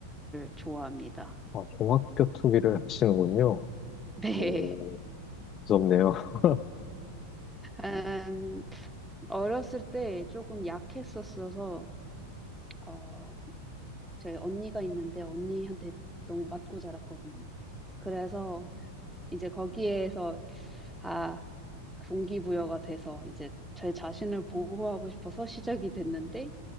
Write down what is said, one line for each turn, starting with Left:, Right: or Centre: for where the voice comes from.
Centre: 좋아합니다.
Left: 아, 종합격투기를 하시는군요.
Centre: 네.
Left: 오, 무섭네요. <laughs>
Centre: 음, 어렸을 때 조금 약했었어서 어, 저희 언니가 있는데 언니한테 너무 맞고 자랐거든요. 그래서 이제 거기에서 아, 동기부여가 돼서 이제 제 자신을 보호하고 싶어서 시작이 됐는데